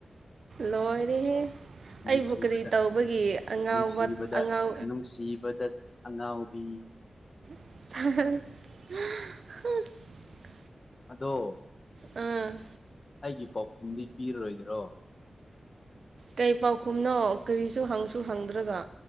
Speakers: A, on the right; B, on the left.
A: ꯂꯣꯏꯔꯦꯍꯦ
B: ꯅꯨꯡꯁꯤꯕꯗ
A: ꯑꯩꯕꯨ ꯀꯔꯤ ꯇꯧꯕꯒꯤ ꯑꯉꯥꯎꯕ
B: ꯅꯨꯡꯁꯤꯕꯗ
A: ꯑꯉꯥꯎ
B: ꯅꯨꯡꯁꯤꯕꯗ ꯑꯉꯥꯎꯕꯤ
A: <unintelligible>
B: ꯑꯗꯣ
A: ꯎꯝ
B: ꯑꯩꯒꯤ ꯄꯥꯎꯈꯨꯝꯗꯤ ꯄꯤꯔꯔꯣꯏꯗ꯭ꯔꯣ
A: ꯀꯩ ꯄꯥꯎꯈꯨꯝꯅꯣ ꯀꯔꯤꯁꯨ ꯍꯪꯁꯨ ꯍꯪꯗ꯭ꯔꯒ